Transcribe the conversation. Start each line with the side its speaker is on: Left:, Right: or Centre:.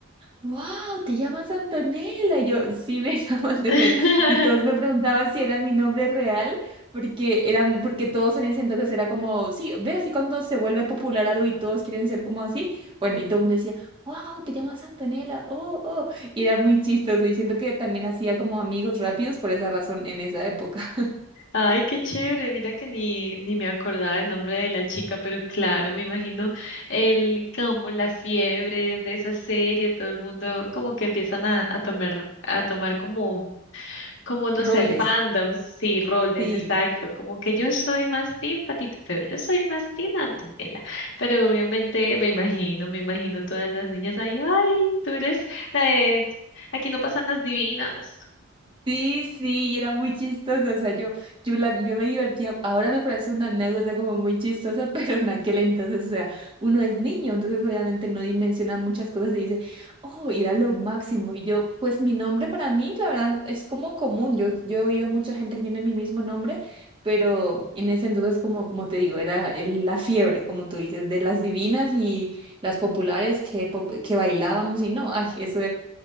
Right: wow, te llamas Antonella. Y yo, sí, me <laughs> llamo Antonella.
Left: <laughs>
Right: Y todos me preguntaban si era mi nombre real, porque eran, porque todos en ese entonces era como, sí, ve así cuando se vuelve popular algo y todos quieren ser como así. Bueno, y todo el mundo decía, wow, te llamas Antonella, oh, oh. Y era muy chistoso. Y siento que también hacía como amigos rápidos por esa razón en esa época.
Left: Ay, qué chévere. Mira que ni, ni me acordaba el nombre de la chica, pero claro, me imagino el como la fiebre de esa serie, todo el mundo como que empiezan a, a tomar, a tomar como, como no
Right: <laughs> Roles,
Left: sé, fandoms y roles,
Right: sí.
Left: exacto. Como que yo soy más team Patito Feo, yo soy más team Antonella. Pero obviamente me imagino, me imagino todas las niñas ahí, ay, tú eres la de aquí no pasan las divinas.
Right: Sí, sí, y era muy chistoso, o sea, yo, yo, la, yo me divertía, ahora me parece una anécdota como muy chistosa, <laughs> pero en aquel entonces, o sea, uno es niño, entonces obviamente no dimensiona muchas cosas y dice, oh, y era lo máximo, y yo, pues mi nombre para mí, la verdad, es como común, yo, yo he oído mucha gente que tiene mi mismo nombre, pero en ese entonces, como, como te digo, era el- la fiebre, como tú dices, de las divinas y las populares que, pop- que bailábamos y no, ay, eso